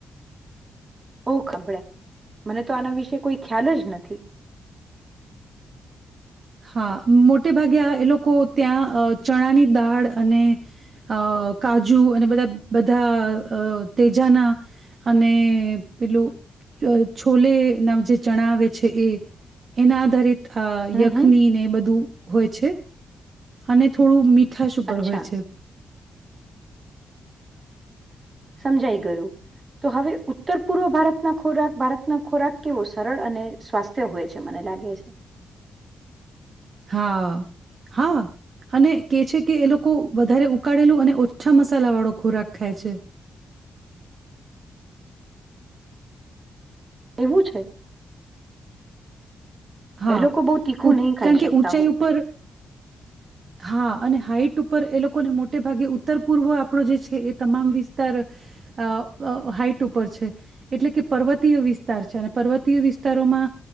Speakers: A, on the right; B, on the right.
A: ઓ સાંભળ્યા મને તો આના વિશે કોઈ ખ્યાલ જ નથી.
B: હા મોટે ભાગે એ લોકો ત્યાં ચણાની દાળ અને, અ કાજુ અને બધા બધા તેજાના, અને પેલું છોલે ના જે ચણા આવે છે, એ એના આધારિત હ
A: હમ
B: ય
A: હમ
B: બધું હોય છે, અને થોડું મીઠ મીઠશ ઉપર
A: અચ્છા
B: હોય છે.
A: સમજાઈ ગયું, તો હવે ઉત્તર પૂર્વ ભારતના ખોરાક ભારતનો ખોરાક કેવો સરળ અને સ્વાસ્થ્ય હોય છે મને લાગે છે.
B: હા, હા અને કે છે કે એ લોકો વધારે ઉકાળેલું અને ઓછા મસાલા વાળો ખોરાક ખાય છે.
A: એવું છે?
B: હા,
A: એ લોકો બહુ તીખું નહીં
B: કારણ
A: ખાઈ
B: કે
A: શકતા
B: ઊંચાઈ
A: હોય
B: ઉપર હા અને હાઈટ ઉપર એ લોકોને મોટે ભાગે ઉત્તર પૂર્વ આપણો જે છે એ તમામ વિસ્તાર અ અ હાઈટ ઉપર છે, એટલે કે પર્વતીય વિસ્તાર છે અને પર્વતીય વિસ્તારોમાં